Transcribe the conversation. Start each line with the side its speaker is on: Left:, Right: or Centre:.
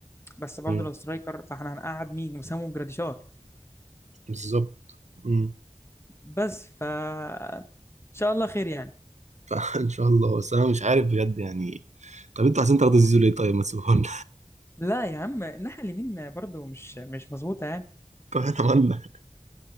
Left: بس برضه
Right: مم،
Left: لو سترايكر فاحنا هنقعد مين وسام وجراديشار
Right: بالظبط مم.
Left: بس ف ان شاء الله خير يعني
Right: <laughs> فإن شاء الله بس أنا مش عارف بجد يعني طب أنتوا عايزين تاخدوا زيزو ليه طيب ما تسيبوه
Left: لا يا عم الناحيه اليمين برضو مش مش مظبوطه يعني
Right: طب اتمنى